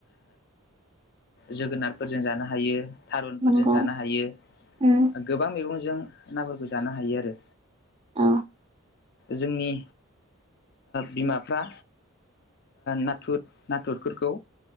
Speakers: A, on the left; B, on the right.
A: जोगोनारफोरजों जानो हायो। थारुनफोरजों
B: नंगौ
A: जानो हायो
B: उम
A: गोबां मैगंजों नाफोरखौ जानो हायो आरो
B: औ
A: जोंनि बिमाफ्रा नाथुर नाथुरफोरखौ